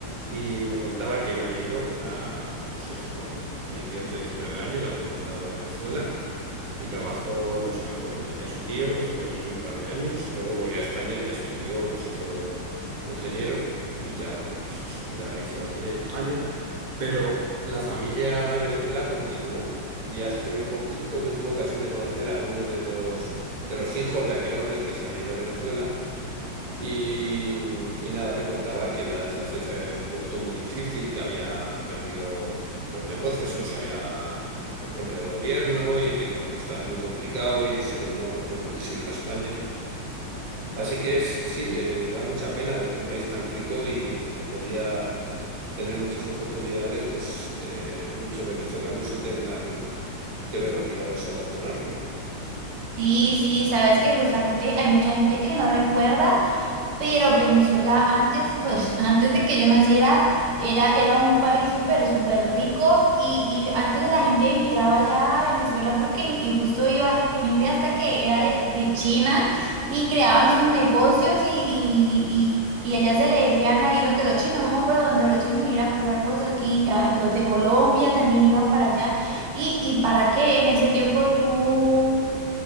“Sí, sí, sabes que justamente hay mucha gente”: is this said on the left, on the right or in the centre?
Right